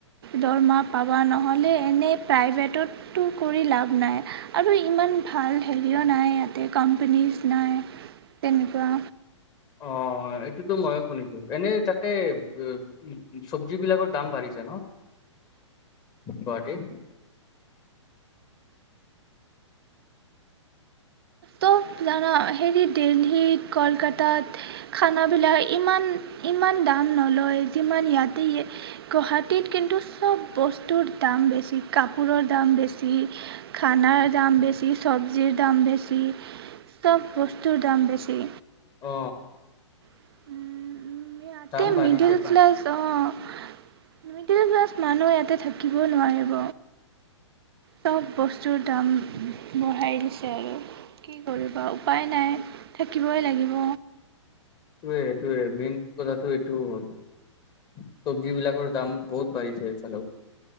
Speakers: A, on the right; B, on the left.
A: দৰমহা পাবা নহলে এনে প্ৰাইভেটতটো কৰি লাভ নাই আৰু ইমান ভাল হেৰিও নাই ইয়াতে কোম্পানীচ নাই তেনেকুৱা
B: অ হয় সেইটোতো ময়ো শুনিছো এনে তাতে ব চৱজি বিলাকৰ দাম বাঢ়িছে ন গ'হাটীত
A: ত জানা হেৰী দিল্লীত, কলকাতাত খানাবিলাক ইমান ইমান দাম নলয় যিমান ইয়াতে এ গহাটীত কিন্তু সব বস্তুৰ দাম বেছি কাপোৰৰ দাম বেছি খানাৰ দাম বেছি, চৱজীৰ দাম বেছি। বেছি, সব বস্তুৰ দাম বেছি।
B: অ।
A: <unintelligible>
B: দাম
A: তাতে
B: বাঢ়িছে
A: মিডল
B: দাম
A: ক্লাছ, অ'। মিডল ক্লাছ মানুহ ইয়াতে থাকিব নোৱাৰিব। চব বস্তুৰ দাম বঢ়াই দিছে আৰু কি কৰিবা উপায় নাই থাকিবই লাগিব।
B: সেইটোৱে সেইটোৱে মেইন কথাটো এইটো হল। চবজীবিলাকৰ দাম বহুত বাঢ়িছে এইফালেও।